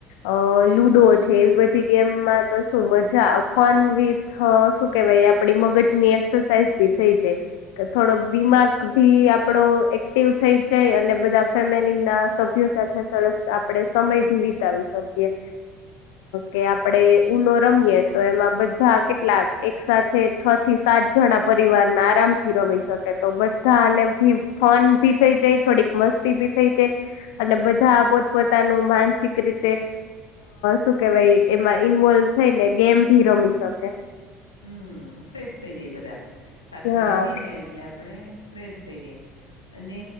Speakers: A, on the left; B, on the left.
A: અ લુડો છે એવી બધી ગેમમાં તો શું મજા વિથ શ કેવાય આપ મગજની એક્સરસાઝી થઈ જાય થોડક ક ભી આપડો એક્ટિવ થઈ જાય અને બધા ફેમિલી ના સભ્યો સાથે સરસ આપણે સમય ભી વિતાવી શકીએ કે આપડે ઉનો રમીએ તો એમાં બધા કેટલાક એક સાથે છ થી સાત જણા પરિવાર ના આરામ થી રમી શકે તો બધાને ભી ફન ભી થઈ જાય થોડીક મસ્તી ભી થઈ જાય અને બધા પોતપોતાનું માનસિક રીતે શું કેવાય એમાં ઇન્વોલ્વ થઈને ગેમ ભી રમી શકે
B: હમ ફ્રેશ થઈ જાય બધા સાથે
A: હા
B: રમીએ ને એટલે આપણે ફ્રેશ થઈ જાય અને